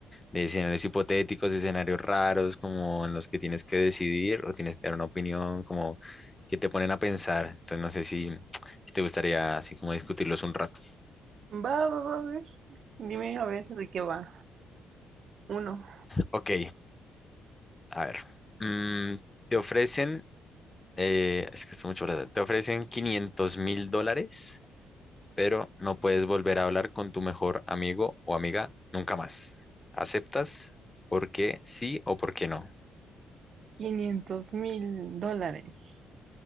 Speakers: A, on the left (about 15°); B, on the right (about 60°).
A: de escenarios hipotéticos, escenarios raros, como en los que tienes que decidir o tienes que dar una opinión, como que te ponen a pensar. Entonces no sé si, si te gustaría así como discutirlos un rato.
B: Va, va, va, a ver. Dime a ver de qué va. Uno,
A: Ok, a ver, mm, te ofrecen eh, es que es mucho plata. Te ofrecen quinientos mil dólares, pero no puedes volver a hablar con tu mejor amigo o amiga nunca más. ¿Aceptas? ¿Por qué sí o por qué no?
B: quinientos mil dólares.